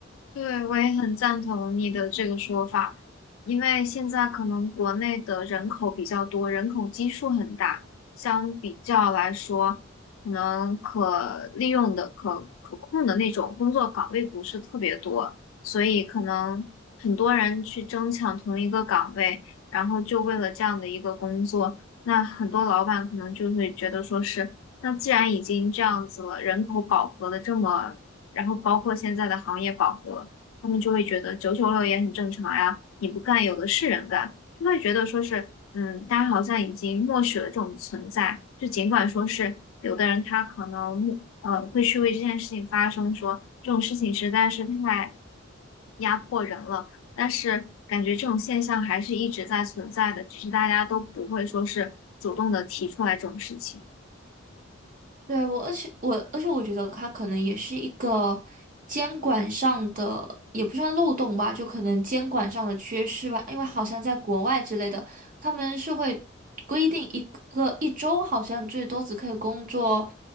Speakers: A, on the left; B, on the right.
A: 对，我也很赞同你的这个说法，因为现在可能国内的人口比较多，人口基数很大，相比较来说，可能可利用的、可可控的那种工作岗位不是特别多，所以可能很多人去争抢同一个岗位，然后就为了这样的一个工作，那很多老板可能就会觉得说是，那既然已经这样子了，人口饱和的这么。然后包括现在的行业饱和，他们就会觉得九九六也很正常呀，你不干有的是人干，就会觉得说是，嗯，大家好像已经默许了这种存在，就尽管说是有的人他可能默呃会去为这件事情发声说，这种事情实在是太压迫人了，但是感觉这种现象还是一直在存在的，只是大家都不会说是主动的提出来这种事情。
B: 对，我，而且我，而且我觉得它可能也是一个监管上的，也不算漏洞吧，就可能监管上的缺失吧。因为好像在国外之类的，他们是会规定一个一周好像最多只可以工作